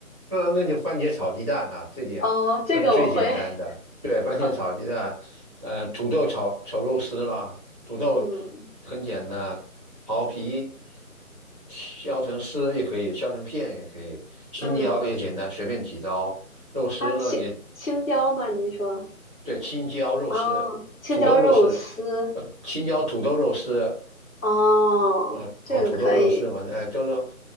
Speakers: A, on the right; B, on the left.
A: 那那就番茄炒鸡蛋啊，
B: <laughs>
A: 这点很最简单的，
B: 哦，这个我会，
A: 对，番茄炒鸡蛋，
B: <laughs>
A: 呃，土豆炒炒肉丝啦，土豆
B: 嗯
A: 很简单，刨皮削成丝也可以，削成片也可以，青椒也简单，
B: 嗯，
A: 随便几刀。肉丝呢也
B: 啊青青椒吗？您说
A: 对，青椒肉丝、
B: 哦，青椒肉丝
A: 土豆肉丝，呃，青椒土豆肉丝，
B: 哦，
A: 呃，
B: 这个可以，
A: 和土豆肉丝，反正哎，就是说